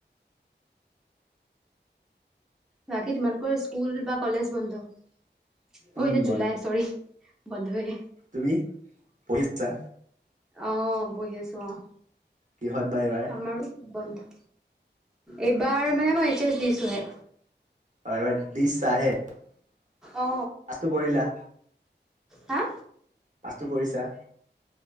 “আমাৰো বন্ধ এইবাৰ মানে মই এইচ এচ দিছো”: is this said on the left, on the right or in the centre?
Centre